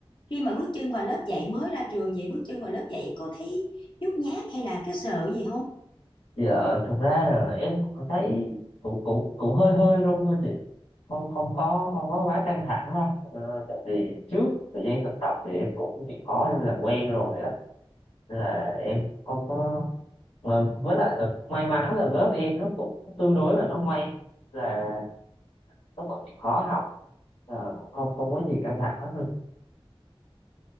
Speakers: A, on the left; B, on the left.
A: khi mà bước chân vào lớp dạy mới ra trường vậy bước chân vào lớp dạy cô thấy nhút nhát hay là cái sợ gì không?
B: giờ thực ra là em cũng thấy cũng cũng cũng hơi hơi run thôi chị. Không không có không có quá căng thẳng đâu. Ờ, tại vì trước thời gian thực tập thì em cũng chỉ có em làm quen rồi á. Nên là em không có mà với lại là cũng may mắn là lớp em nó cũng tương đối là nó ngoan là nó còn chịu khó học là cũng không không có gì căng thẳng thôi.